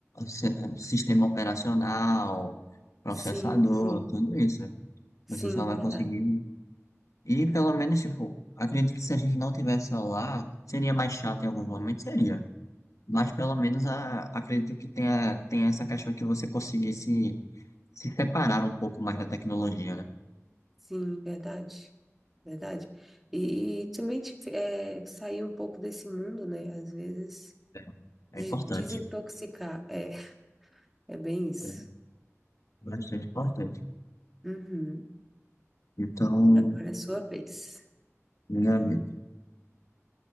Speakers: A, on the left; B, in the centre.
A: se- sistema operacional, processador,
B: Sim, sim.
A: tudo isso.
B: Sim,
A: Você só vai
B: verdade.
A: conseguir. E pelo menos, tipo, acredito que se a gente não tivesse celular, seria mais chato em alguns momentos, seria. Mas pelo menos a, acredito que tenha, tenha essa questão que você conseguisse se separar um pouco mais da tecnologia, né?
B: Sim, verdade. Verdade. E, e também te, é, sair um pouco desse mundo, né? Às vezes.
A: É
B: De-
A: é importante.
B: desintoxicar. É, é bem isso.
A: É bastante importante.
B: Uhum.
A: Então,
B: Agora é sua vez.
A: meu amigo,